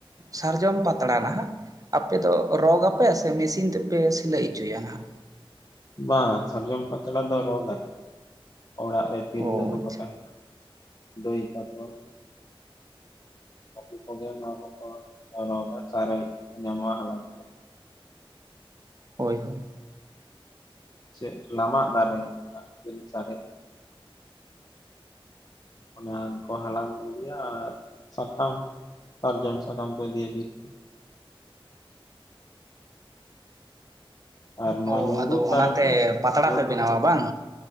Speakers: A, on the right; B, on the left.
A: ᱥᱟᱨᱡᱚᱢ ᱯᱟᱛᱲᱟ ᱱᱟᱦᱟᱜ ᱟᱯᱮ ᱫᱚ ᱨᱚᱜ ᱟᱯᱮ ᱥᱮ ᱢᱮᱥᱤᱱ ᱛᱮᱯᱮ ᱥᱤᱞᱟᱹᱭ ᱚᱪᱚᱭᱟ ᱱᱟᱜ
B: ᱵᱟᱝ ᱥᱟᱨᱡᱚᱢ ᱯᱟᱛᱲᱟ ᱫᱚ ᱨᱚᱜ ᱟᱞᱮ ᱚᱲᱟᱜ ᱨᱮ ᱛᱤᱨᱞᱟᱹ
A: ᱚ
B: ᱠᱚ
A: ᱟᱪᱪᱷᱟ
B: ᱠᱚ ᱛᱟᱦᱮᱸᱱᱟ ᱫᱟᱹᱭ ᱛᱟᱠᱚ ᱟᱹᱠᱩ ᱠᱚᱜᱮ ᱱᱚᱣᱟ ᱠᱚᱠᱚ ᱨᱚᱠᱟ ᱪᱟᱨᱮᱡ ᱧᱟᱢᱚᱜᱼᱟ ᱦᱟᱞᱟᱝ ᱛᱮ
A: ᱦᱳᱭ ᱦᱳᱭ
B: ᱪᱮᱫ ᱞᱟᱢᱟᱜ ᱫᱟᱨᱮ ᱤᱞ ᱪᱟᱨᱮᱡ ᱚᱱᱟ ᱠᱚ ᱦᱟᱞᱟᱝ ᱟᱜᱩᱭᱟ ᱟᱨ ᱥᱟᱠᱟᱢ ᱥᱟᱨᱡᱚᱢ ᱥᱟᱠᱟᱢ ᱠᱚ ᱤᱫᱤᱭᱟ ᱵᱤᱨ ᱛᱮ ᱟᱨ ᱱᱚᱣᱟ
A: ᱚ
B: ᱧᱲᱩᱫ
A: ᱟᱫᱚ ᱚᱱᱟᱛᱮ
B: ᱫᱟᱨᱮᱢ ᱧᱮᱞ ᱠᱟᱫᱟ
A: ᱯᱟᱛᱲᱟ
B: ᱧᱩᱲᱩᱫ
A: ᱯᱮ ᱵᱮᱱᱟᱣᱟ ᱵᱟᱝ